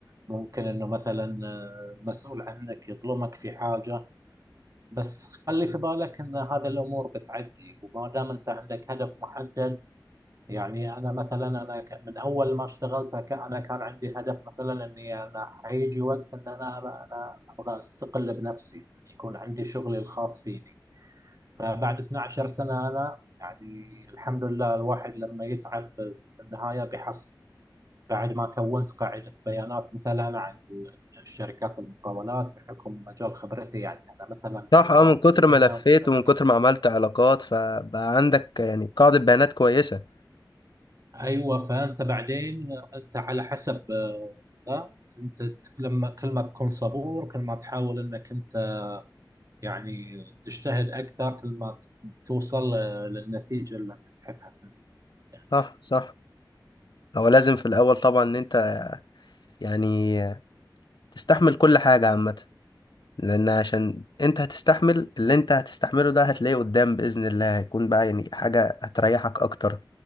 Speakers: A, on the right (about 45°); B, on the left (about 65°).
A: ممكن أنه مثلا آه، المسؤول عنك يظلمك في حاجة بس خلي في بالك أن هذه الأمور بتعدي وما دام أنت عندك هدف محدد يعني أنا مثلا أنا ك- من أول ما اشتغلت ك- أنا كان عندي هدف مثلا أني أنا حيجي وقت أن أنا أنا أبغى أستقل بنفسي يعني يكون عندي شغلي الخاص فيني فبعد 12 سنة أنا يعني الحمد لله الواحد لما يتعب في النهاية بيحصل بعد ما كونت قاعدة بيانات مثلا عن الشركات المقاولات بحكم مجال خبرتي يعني أنا مثلا
B: صح
A: في مواد
B: اه من كتر
A: البناء
B: ما لفيت
A: والشركات
B: ومن كتر
A: المقاولات
B: ما عملت علاقات فبقى عندك يعني قاعدة بيانات كويسة
A: أيوة فأنت بعدين أنت على حسب آه، لا أنت تك- لما كل ما تكون صبور كل ما تحاول أنك أنت يعني تجتهد أكثر كل ما ت- توصل آه، للنتيجة اللي أنت تحبها في النهاية.
B: صح صح هو لازم في الأول طبعا إن أنت يعني تستحمل كل حاجة عامة لان عشان انت هتستحمل اللي انت هتستحمله ده هتلاقيه قدام باذن الله هيكون بقى يعني حاجه هتريحك اكتر